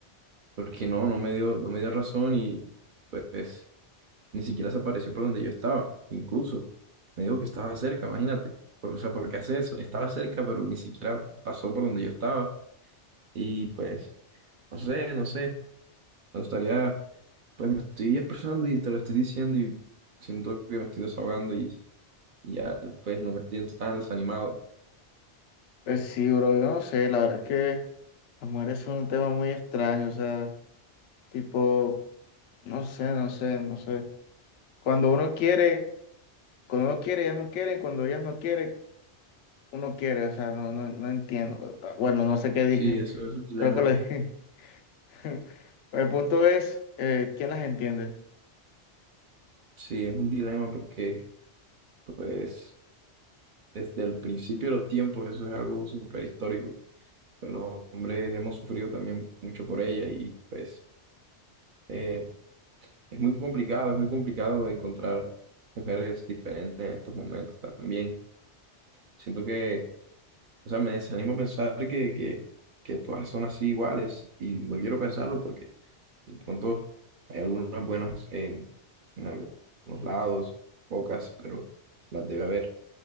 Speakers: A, on the right (about 55°); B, on the left (about 85°).
A: porque no, no me dio, no me dio razón y pues ni siquiera se apareció por donde yo estaba. Incluso me dijo que estaba cerca, imagínate. Por- o sea, ¿por qué hace eso? Estaba cerca, pero ni siquiera pasó por donde yo estaba. Y pues, no sé, no sé. Me gustaría, pues me estoy expresando y te lo estoy diciendo y siento que me estoy desahogando y, y ya, pues no me siento tan desanimado.
B: Pues sí, bro, yo no sé, la verdad es que las mujeres son un tema muy extraño, o sea, tipo, no sé, no sé, no sé. Cuando uno quiere, cuando uno quiere, ellas no quieren, cuando ellas no quieren, uno quiere, o sea, no, no, no entiendo. Ah, Bueno, no sé qué dije,
A: Sí, eso
B: <laughs>
A: es un dilema.
B: creo que lo dije. <laughs> El punto es, eh, ¿quién las entiende?
A: Sí, es un dilema porque, pues, desde el principio de los tiempos eso es algo súper histórico. Pues los hombres hemos sufrido también mucho por ella y, pues, eh, es muy complicado, es muy complicado encontrar mujeres diferentes en estos momentos también. Siento que, o sea, me desanimo pensar que, que, que todas son así iguales y no quiero pensarlo porque De pronto hay algunas buenas en, en algunos lados, pocas, pero las debe haber.